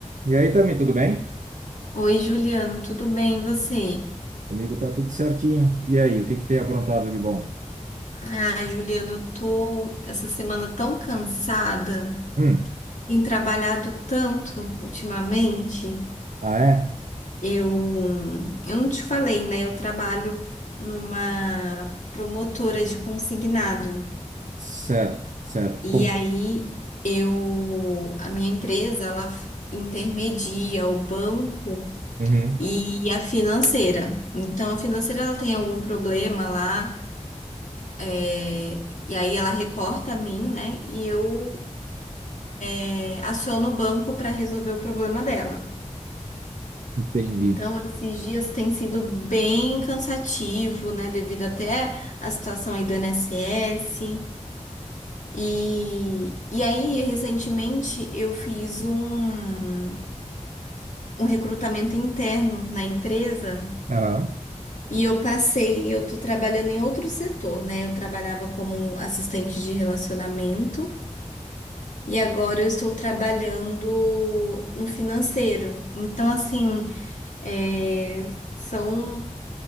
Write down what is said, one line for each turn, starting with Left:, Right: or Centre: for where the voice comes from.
Right: E aí, Tami, tudo bem?
Left: Oi, Juliano, tudo bem? E você?
Right: Comigo tá tudo certinho. E aí, o que que tem aprontado de bom?
Left: Ah, Juliano, eu tô essa semana tão cansada,
Right: Hum,
Left: tenho trabalhado tanto ultimamente.
Right: ah, é?
Left: Eu, eu não te falei, né? Eu trabalho numa promotora de consignado.
Right: Certo, certo.
Left: E
Right: Como?
Left: aí eu, a minha empresa, ela intermedia o banco
Right: Uhum,
Left: e a financeira. Então, a financeira ela tem algum problema lá É, e aí ela reporta a mim, né? E eu é, aciono o banco para resolver o problema dela.
Right: entendi.
Left: Então, esses dias tem sido bem cansativo, né? Devido até à situação aí do INSS. E, e aí, recentemente, eu fiz um, um recrutamento interno na empresa
Right: Aham.
Left: e eu passei, eu tô trabalhando em outro setor, né? Eu trabalhava como assistente de relacionamento. E agora eu estou trabalhando no financeiro. Então, assim, é, são